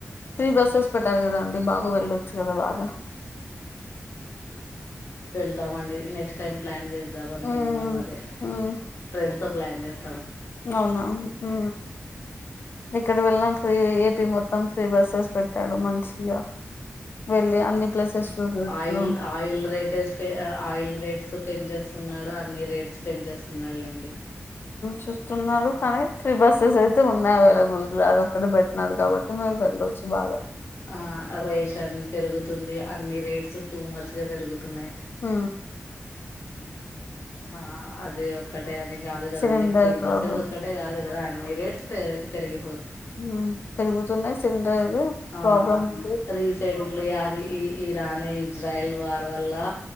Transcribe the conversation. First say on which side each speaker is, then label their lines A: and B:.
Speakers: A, on the left; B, on the left.
A: త్రీ బస్సెస్ పెట్టారు కదా అండి బాబు వెళ్ళొచ్చు కదా బాగా
B: వెళ్తామండి. నెక్స్ట్ టైం ప్లాన్ చే ద్దాం అనుకుంటున్నాం
A: మ్మ్.
B: అదే
A: మ్మ్.
B: ఫ్రెం డ్స్ తో ప్లాన్ చేస్
A: అవునా ఉ ఎక్కడ వెళ్ళిన ఫ్రీ. ఏపీ మొత్తం ఫ్రీ బస్సెస్ పెట్టాడు మంచిగా వెళ్ళి అన్ని ప్లేసెస్
B: ఆ
A: చూసొచ్చు
B: oil oil rates oil rates పెంచేస్తున్నాడు. అన్ని రేట్స్ పెంచే స్తున్నాడులేండి.
A: చేస్తున్నారు కానీ ఫ్రీ బస్సెస్ అయితే ఉన్నాయి అవైలబుల్లా. అదొక్కటి పెట్టినాడు కాబట్టి మీరు వెళ్ళవచ్చు బాగా.
B: ఆ రేషన్ పెరుగుతుంది. అన్ని రేట్స్ టూ మచ్ గా పెరుగుతున్నాయి.
A: ఆ
B: ఆ అది ఒక్కటే అని కాదు కదండి.
A: సిలిండర్
B: ప్రీ
A: ప్రాబ్లం
B: బస్సెస్ ఒక్కటే కాదు కదా అన్ని రేట్స్ పె పెరిగి
A: హ్ పెరుగుతున్నయి. సిలిండర్
B: ఆ
A: ప్రాబ్లం ఉంది
B: త్రీసైడ్ లేఅది ఇరాన్, ఇజ్రాయిల్ వార్ వల్లా